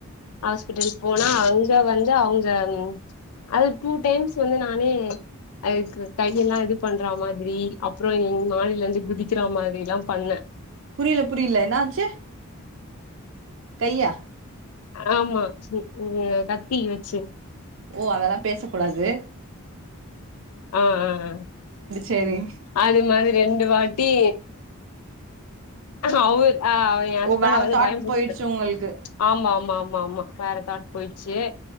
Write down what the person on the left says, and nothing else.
ஹாஸ்பிட்டல் போனா அங்க வந்து அவுங்க ம் அது டூ டைம்ஸ் வந்து நானே அதுக்கு கையெல்லா இது பண்ற மாதிரி அப்புற எங் மாடிலருந்து குதிக்கிற மாதிரில்லா பண்ண
ஆமா ம் ம் கத்தி வச்சு
ஆ ஆ ஆ
அது மாதிரி ரெண்டு வாட்டி அவு ஆஹ் எ ஹஸ்பண்ட
வந்து
பயமுருத்து
ஆமா ஆமா ஆம் வாமா வேறக்காட் போயிட்ச்சு